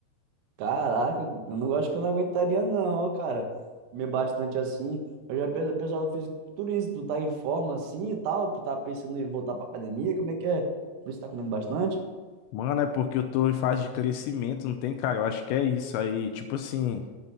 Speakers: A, on the right (about 85°); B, on the left (about 80°).
A: Caraca, eu não acho que eu não aguentaria, não, cara. Comer bastante assim. Eu já penso, pessoal do fisiculturismo, tu tá em forma assim e tal, tu tá pensando em voltar pra academia, como é que é? Por isso tá comendo bastante?
B: Mano, é porque eu tô em fase de crescimento, não tem, cara? Eu acho que é isso aí. Tipo assim,